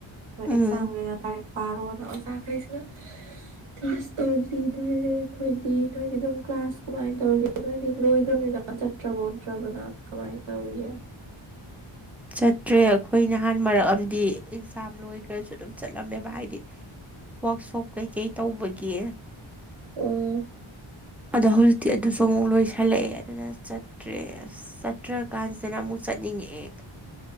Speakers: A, on the right; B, in the centre.
A: ꯍꯣꯏ
B: ꯎꯝ
A: ꯑꯦꯛꯖꯥꯝꯒꯤ ꯑꯣꯏꯅ ꯂꯥꯏꯔꯤꯛ ꯄꯥꯔꯣꯅ ꯑꯣꯖꯥꯈꯩꯁꯤꯅ
B: <unintelligible> <inaudible>
A: ꯀ꯭ꯂꯥꯁ ꯇꯧꯕꯤꯗꯔꯦ ꯑꯩꯈꯣꯏꯗꯤ ꯅꯣꯏꯗꯤ ꯑꯗꯨꯝ ꯀ꯭ꯂꯥꯁ ꯀꯃꯥꯏꯅ ꯇꯧꯔꯤꯒꯦ ꯅꯣꯏꯗꯤ ꯂꯣꯏꯈ꯭ꯔꯕꯅꯤꯅ ꯆ ꯭ꯔꯕꯣ ꯆ꯭ꯔꯒꯅꯥ ꯀꯃꯥꯏ ꯇꯧꯔꯤꯒꯦ
B: ꯆꯠꯇ꯭ꯔꯦ ꯑꯩꯈꯣꯏ ꯅꯍꯥꯟ ꯃꯔꯛ ꯑꯃꯗꯤ ꯑꯦꯛꯖꯥꯝ ꯂꯣꯏꯈ꯭ꯔꯁꯨ ꯑꯗꯨꯝ ꯆꯠꯂꯝꯃꯦꯕ ꯍꯥꯏꯗꯤ ꯋꯥꯛꯁꯣꯞ ꯀꯩꯀꯩ ꯇꯧꯕꯒꯤ
A: ꯑꯣ
B: ꯑꯗꯣ ꯍꯧꯖꯤꯛꯇꯤ ꯑꯗꯨꯁꯨ ꯑꯃꯨꯛ ꯂꯣꯏꯁꯜꯂꯛꯑꯦ ꯑꯗꯨꯅ ꯆꯠꯇ꯭ꯔꯦ ꯑꯁ ꯆꯠꯇ꯭ꯔ ꯀꯥꯟꯁꯤꯗꯅ ꯑꯃꯨꯛ ꯆꯠꯅꯤꯡꯉꯛꯑꯦ